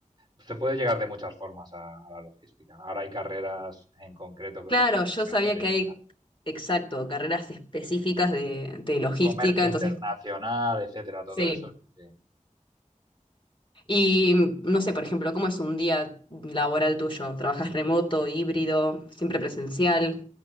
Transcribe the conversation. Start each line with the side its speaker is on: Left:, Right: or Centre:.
Right: Se puede llegar de muchas formas a, a, la logística. Ahora hay carreras en concreto
Left: Claro,
Right: específicas
Left: yo sabía
Right: que te
Left: que
Right: llevan
Left: hay,
Right: a
Left: exacto, carreras específicas de, de logística,
Right: comercio
Left: entonces,
Right: internacional, etcétera, todo
Left: sí.
Right: eso. Sí,
Left: Y mm, no sé, por ejemplo, ¿cómo es un día laboral tuyo? ¿Trabajas remoto, híbrido, siempre presencial?